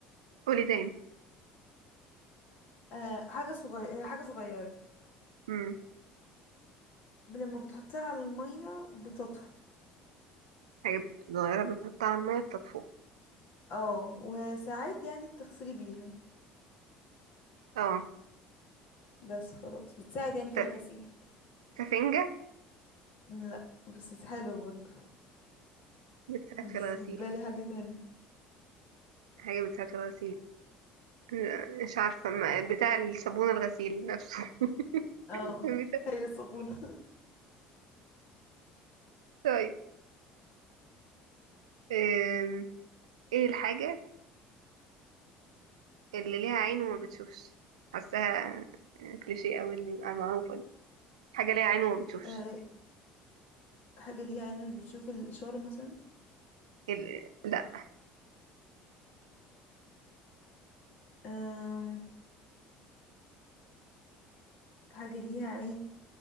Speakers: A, on the right (about 75°); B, on the left (about 55°).
A: قولي تاني
B: أه حاجة صغيرة حاجة صغيرة
A: امم
B: لما بتحطيها على المية بتطفو
A: حاجة صغيرة بتحطها على المية بتطفو
B: اه وساعات يعني بتغسلي بيها
A: اه
B: بس خلاص بتساعد يعني في
A: س-
B: الغسيل
A: سفنجة
B: لا بس حلوة برضو
A: بتساعد
B: بس
A: في الغسيل
B: في بالي حاجة تانية
A: حاجة بتساعد في الغسيل لا، مش عارفة ما- بتاع الصابون الغسيل نفسه
B: اه
A: <laughs> بتاع-
B: هي الصابونة <laughs>
A: طيب أم، ايه الحاجة اللي ليها عين وما بتشوفش حاساها كليشيه قوي اللي المعروفه دي حاجه ليها عين وما بتشوفش
B: آه، حاجة ليها عين مش بتشوف الإشارة مثلا
A: ال... لا
B: آم، حاجة ليها عين